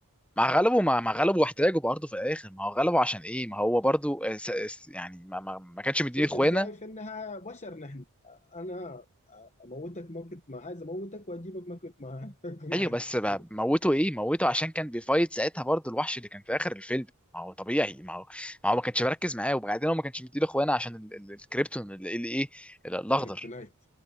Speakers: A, in the centre; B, on the left.
A: مع غلبه مع, مع غلبه واحتاجه برضه في الاخر ما هو غلبه عشان ايه ما هو برضه آه، س... س- يعني ما, ما... ما كانش مديني
B: شفت
A: اخوانا
B: ازاي في النهاية بشر نحن انا اموتك ما كنت ما عايز اموتك واجيبك ما كنت ما <laughs> كنت
A: ايوه
B: عايز
A: بس
B: اجيبك
A: بقى موته ايه موته عشان كان بيفايت ساعتها برضه الوحش اللي كان في اخر الفيلم ما هو طبيعي ما هو ما هو ما كانش مركز معاه وبعدين هو ما كانش مديني اخوانا عشان ال... ال... الكريبتون اللي اللي ايه ال- الاخضر
B: كريبتونايت